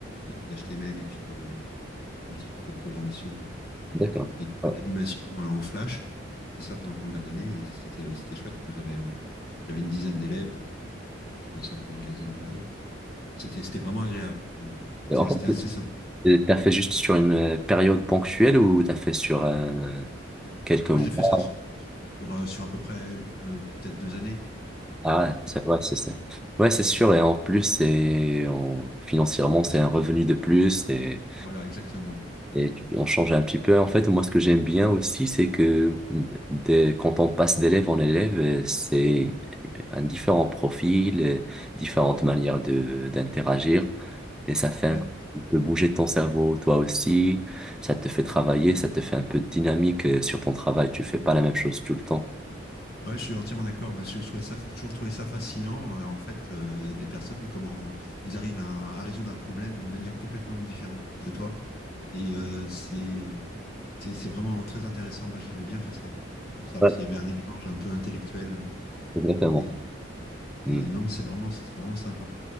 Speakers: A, on the left; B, in the centre.
A: de- d'HTML et puis de un petit peu de programmation euh,
B: D'accord.
A: et de-
B: Ouais.
A: d'animation euh, en Flash. J'ai fait ça pendant pas mal d'années et c'était euh, c'était chouette quoi. J'avais euh, j'avais une dizaine d'élèves et puis je faisais ça pendant une quinzaine de jours. C'était c'était vraiment agréable. C'était
B: Et en fait,
A: c'était assez sympa.
B: euh, t'as fait juste sur une euh, période ponctuelle ou t'as fait sur euh, quelques mois?
A: Ah, j'ai fait ça sur, sur, euh, sur à peu près euh, peut-être deux années.
B: Ah, c'est
A: Et puis
B: ouais, c'est ça. Ouais, c'est sûr. Et en plus, c'est en- financièrement, c'est un revenu de plus. Et
A: voilà, exactement.
B: Et tu- on change un petit peu. En fait, moi, ce que j'aime bien aussi, c'est que dès- quand on passe d'élève en élève, euh, c'est un différent profil, euh, différentes manières de d'interagir. Et ça fait
A: Ouais.
B: un petit peu bouger ton cerveau, toi aussi. Ça te fait travailler, ça te fait un peu de dynamique euh, sur ton travail. Tu fais pas la même chose tout le temps.
A: Ouais, je suis entièrement d'accord. Moi, je trouvais ça, j'ai toujours trouvé ça fascinant. euh, en fait, euh, les personnes, comment ils arrivent à, à résoudre un problème, mais de manière complètement différente de toi. Et euh, c'est, c'est, c'est vraiment très intéressant. Moi, j'aimais bien faire ça. Pour ça, parce
B: Ouais.
A: qu'il y avait un échange un peu intellectuel. euh,
B: Exactement.
A: Et,
B: Hmm.
A: et non, mais c'est vraiment, c'est vraiment sympa.